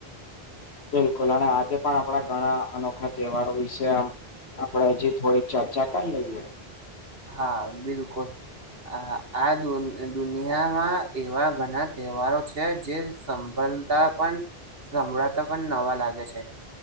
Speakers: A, on the left; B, on the right.
A: બિલકુલ અને આજે પણ આપણા ઘણા અનોખા તહેવારો વિશે આમ આપડે હજી થોડીક ચર્ચા કરી લઈએ.
B: હા બિલકુલ. આ આ દુનિયામાં એવા ઘણા તહેવારો છે જે સંબલ પણ સંભળાતા પણ નવા લાગે છે.